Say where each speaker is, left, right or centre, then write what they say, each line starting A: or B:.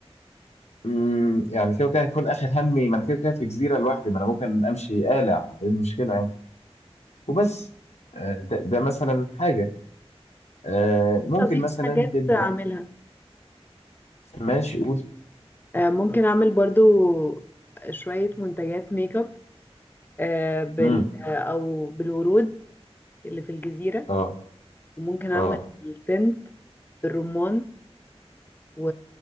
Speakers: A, on the left (about 85°); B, on the left (about 20°).
A: مم، يعني كده كده هيكون اخر همي ما انا كده كده في جزيره لوحدي ما انا ممكن امشي قالع ايه المشكله يعني وبس آه، ده, ده مثلا حاجة آه، ممكن
B: اضيف
A: مثلا
B: حاجات
A: تبدأ
B: اعملها
A: ماشي قول
B: آه ممكن اعمل برضو شوية منتجات ميك اب آه بال...
A: امم
B: آه، او بالورود اللي في الجزيرة
A: اه
B: وممكن اعمل
A: اه
B: تنت بالرمان و...